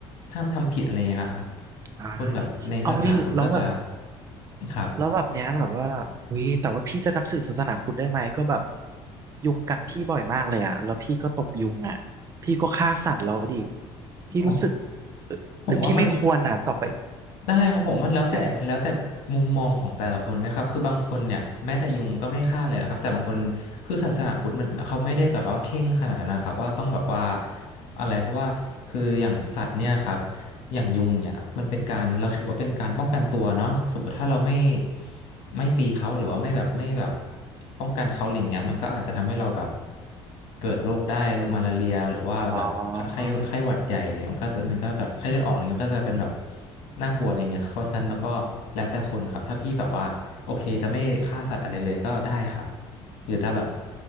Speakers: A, on the left; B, on the right.
A: ห้ามทำผิดอะไรเงี้ยครับ
B: อ่า
A: คนแบบในศาสนาพุทธก็จะ
B: เอาไว้แล้วแบบ
A: ครับ
B: แล้วแบบเนี้ยแบบว่าอุ้ยแต่ว่าพี่จะนับถือศาสนาพุทธได้ไหม ก็แบบยุงกัดพี่บ่อยมากเลยอ่ะแล้วพี่ก็ตบยุงอ่ะพี่ก็ฆ่าสัตว์แล้วดิพี่รู้สึก
A: โอ้
B: เอ่อหรือพี่ไม่ควรอ่ะต่อไป
A: ผมว่ามัน ได้ครับผมมันแล้วแต่มันแล้วแต่มุมมองของแต่ละคนนะครับคือบางคนเนี่ยแม้แต่ยุงก็ไม่ฆ่าเลยครับแต่บางคนคือศาสนาพุทธมันเขาไม่ได้แบบว่าเคร่งขนาดนั้นนะครับว่าต้องแบบว่า
B: เดี๋ยว
A: อะไรเพราะว่าคืออย่างสัตว์เนี่ยครับ อย่างยุงเนี่ยมันเป็นการเราถือว่าเป็นการป้องกันตัวเนาะสมมติถ้าเราไม่ไม่ตีเขาหรือว่าไม่แบบไม่แบบป้องกันเขาอะไรเงี้ยมันก็อาจจะทำให้เราแบบเกิดโรคได้มาลาเรียหรือว่าแบบไข้ไข้หวัดใหญ่มันก็จะมันก็แบบไข้เลือดออกอะไรเงี้ยก็จะเป็นแบบ
B: อ๋อ
A: น่ากลัวอะไรเงี้ยเพราะฉะนั้นแล้วก็แล้วแต่คนครับถ้าพี่แบบว่าโอเคจะไม่ฆ่าสัตว์อะไรเลยก็ได้ครับหรือจะแบบ